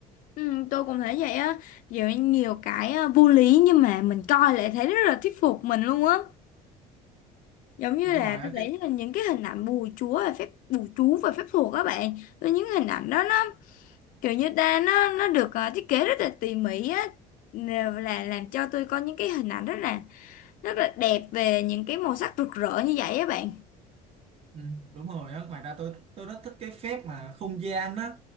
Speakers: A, on the left (about 60°); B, on the right (about 40°).
A: Ừ, tôi cũng thấy vậy á Giờ nhiều cái à, vô lý nhưng mà mình coi lại thấy rất là thuyết phục mình luôn á giống như
B: đúng
A: là
B: rồi á
A: tôi thấy
B: cái
A: là những cái hình ảnh bùa chúa và phép bùa chú và phép thuật các bạn tôi những hình ảnh đó nó kiểu như ta nó nó được à, thiết kế rất là tỉ mỉ á Nè, là làm cho tôi có những cái hình ảnh rất là rất là đẹp về những cái màu sắc rực rỡ như vậy á bạn
B: Ừ, đúng rồi á ngoài ra tôi tôi rất thích cái phép mà không gian á